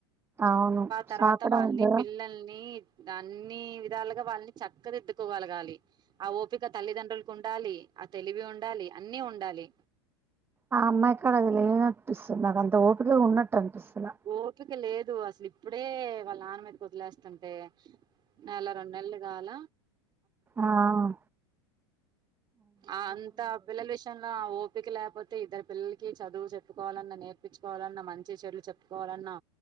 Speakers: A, on the right; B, on the right.
A: అవును
B: తర్వాత
A: సాకడానికి
B: వాల్నీ
A: కదా
B: పిల్లల్ని దన్ని విధాలుగా వాళ్ళని చక్కదిత్దుకోగలగాలి ఆహ్ ఓపిక తల్లిదండ్రులకు ఉండాలి ఆహ్ తెలివి ఉండాలి అన్ని ఉండాలి
A: ఆహ్ అమ్మాయిక్కడ అది లేదపిస్తుంది నాకు అంత ఓపికే ఉన్నట్ కనిపిస్తల
B: ఓపిక లేదు అసలు ఇప్పుడే వాళ్ళ నాన్న మీదకి వదిలేస్తుంటే నెల రెండ్నేళ్ళు కాల
A: ఆహ్
B: ఆహ్ అంతా పిల్లల విషయంలో ఆహ్ ఓపీ పిక లేకపోతే ఇద్దరు పిల్లలకి చదువు చెప్పుకోవాలన్నా నేర్పించుకోవాలన్నా మంచి చెడులు చెప్పుకోవాలన్నా